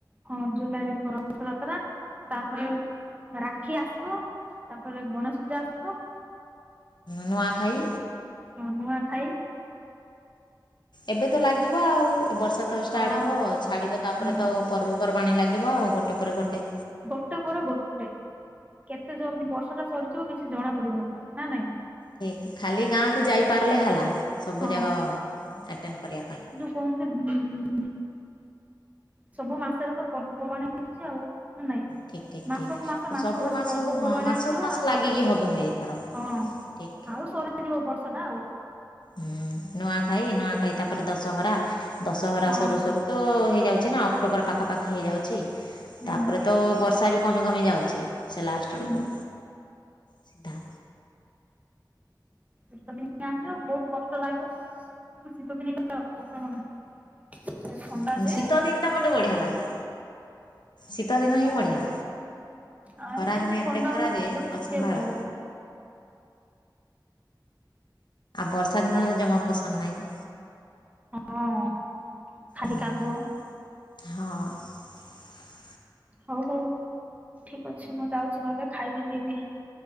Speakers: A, on the right; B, on the left.
A: ହଁ ଜୁଲାଇ ରେ ରଥ ଯାତ୍ରା। ତାପରେ ରାକ୍ଷୀ ଆସିବ ତାପରେ ଗଣେଶ ପୂଜା ଆସିବ।
B: ନୂଆଖାଇ।
A: ହଁ ନୂଆ ଖାଇ
B: ଏବେ ତ ଲାଗିବ ଆଉ, ଏ ବର୍ଷା ତ ଷ୍ଟାର୍ଟ
A: ହଁ
B: ହବ ଛାଡିବ ତାପରେ
A: ହଁ
B: ତ ପର୍ବପର୍ବାଣିୀ ଲାଗିବ। ଆଉ ଗୋଟେ ପରେ ଗୋଟେ।
A: ଗୋଟେ ପରେ ଗୋଟେ କେତେ ଜଲଦି ବର୍ଷା ଟା ସରିଯିବ କିଛି ଜଣା ପଡିବନି ନା ନାଇଁ।
B: ଠିକ ଖାଲି ଗାଁକୁ ଯାଇପାରିଲେ ହେଲା। ସବୁ
A: ହଁ
B: ଯାଗ ଆଟେଣ୍ଡ କରିବା ପାଇଁ।
A: କଣ ସେ ବ୍ ସବୁ ମାସରେ ତ ପର୍ବପର୍ବାଣି ଆସୁଛି ଆଉ ନା ନାଇଁ?
B: ଠିକ୍ ଠିକ୍
A: ମାସକୁ
B: ଠିକ୍
A: ମାସ ମାସକୁ
B: ସବୁ
A: ମାସ ପର୍ବପର୍ବାଣିୀ
B: ହଁ ମାସକୁ
A: ଆସିବ।
B: ମାସ ଲାଗିକି
A: ଆଉ ହଁ।
B: ହେବ ଏଇଥର ଠିକ୍
A: ଆଉ ସରି ଯିବ ବର୍ଷା ଟା ଆଉ।
B: ହୁଁ ନୂଆଖାଇ। ନୂଆଖାଇ ତାପରେ ଦଶହରା। ଦଶହରା
A: ହଁ
B: ସରୁ ସରୁ ତ ହେଇଯାଉଛି ନା ଅକ୍ଟୋବର ପାଖାପାଖି ହେଇଯାଉଛି।
A: ହୁଁ
B: ତାପରେ ତ ବର୍ଷା ବି କମି କମି ଯାଉଛି ସେ ଲାଷ୍ଟ
A: ହୁଁ
B: ଆଡ଼କୁ। ସିଦା,
A: ଶୀତ ଦିନ ଆସିବ ବହୁତ କଷ୍ଟ ଲାଗିବ। <unintelligible> ଥଣ୍ଡା
B: ହୁଁ
A: ଯେ
B: ଶୀତ ଦିନ ଟା ମୋତେ ବଢିଆ ଲାଗେ। ଶୀତ ଦିନ ହିଁ
A: ହଁ
B: ବଢିଆ।
A: ଆଇ
B: ଖରାଦିନେ
A: କେତେ ଥଣ୍ଡା
B: ଏତେ ଖରା
A: ହଉଛି
B: ଯେ
A: ମତେ ସେଥିପାଇଁ
B: ଅସମ୍ଭାଳ।
A: ଭଲ ଲାଗୁନି
B: ବର୍ଷା
A: ହଉ
B: ଦିନ
A: ହଉ
B: ତ ଜମା ପସନ୍ଦ ନାହିଁ।
A: ହଁ ଖାଲି
B: ହୁଁ
A: କାଦୁଅ।
B: ହଁ।
A: ହଉ ହଉ ଠିକ ଅଛି ମୁଁ ଯାଉଛି ନହେଲେ ଖାଇବି ପିଇବି।